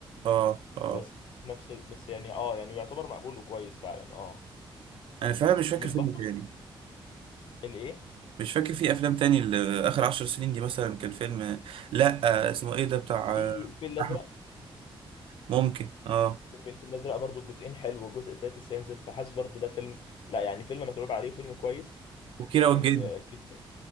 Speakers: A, on the right (about 70°); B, on the left (about 65°).
A: اه اه
B: بس نفس ال- بس يعني اه يعني يعتبر مقبول وكويس فعلا اه
A: انا فعلا مش فاكر
B: من
A: فيلم
B: برضو
A: تاني
B: الايه
A: مش فاكر في افلام تاني ل- اخر عشر سنين دي مثلا كان فيلم آه، لا آه، اسمه ايه ده بتاع
B: في
A: آه،
B: الفيل الازرق
A: احمد ممكن اه
B: فيلم الفيل الازرق برضو الجزئين حلو والجزء التالت لسه هينزل فحاسس برضو ده فيلم لا يعني فيلم متعوب عليه فيلم كويس
A: وكيرة
B: يعني
A: والجن
B: الفيد